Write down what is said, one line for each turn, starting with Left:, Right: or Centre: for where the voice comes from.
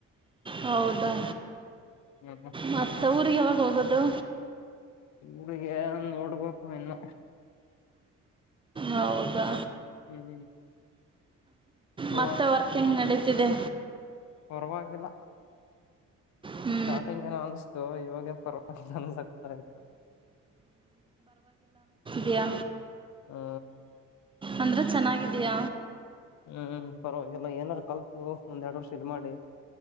Right: ಹೌದಾ
Left: ಹ್ಮ್ ಹ್ಮ್
Right: ಮತ್ತ ಊರಿಗೆ ಯಾವಾಗ ಹೋಗೋದು
Left: ಊರಿಗೆ ನೋಡ್ಬೇಕು ಇನ್ನ
Right: ಹೌದಾ
Left: ಹ್ಮ್ ಟೂ
Right: ಮತ್ತೆ ವರ್ಕಿಂಗ್ ನಡೀ ಇದೆ
Left: ಪರ್ವಾಗಿಲ್ಲ
Right: ಹ್ಞೂ
Left: ಸ್ಟಾರ್ಟಿಂಗ್ ಏನ್ ಅನಿಸ್ತು ಇವಾಗನ್ ಪರ ನ್ನಸಕ್ತಾಯ್ತು
Right: ಬಯ
Left: ಹಾ
Right: ಅಂದ್ರೆ ಚೆನ್ನಾಗಿದೀಯ
Left: ಹ್ಮ್ ಪರವಾಗಿಲ್ಲ ಏನಾರು ಕಲ್ತು ಒಂದ್ೆರಡು ವರ್ಷ ಇದು ಮಾಡಿ